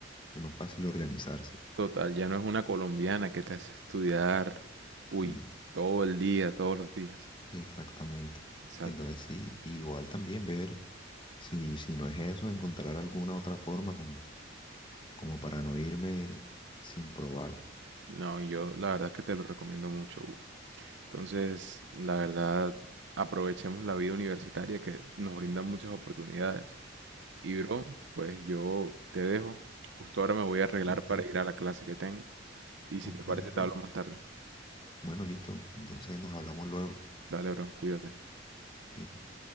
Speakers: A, on the left; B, on the right.
A: es más fácil organizarse.
B: Total, ya no es una colombiana que te hace estudiar,
A: Sí,
B: uy, todo el día, todos los días.
A: exactamente.
B: Exacto.
A: Entonces sí, igual también ver si, si no es eso, encontrar alguna otra forma como, como para no irme sin probar.
B: No, y yo la verdad que te lo recomiendo mucho, Hugo. Entonces, la verdad, aprovechemos la vida universitaria que nos brinda muchas oportunidades. Y bro, pues yo te dejo. Justo ahora me voy a arreglar
A: Ok,
B: para ir a la clase que tengo. Y si
A: ok,
B: te parece,
A: ok.
B: te hablo más tarde.
A: Bueno, listo. Entonces nos hablamos luego.
B: Dale, bro, cuídate.
A: Bien.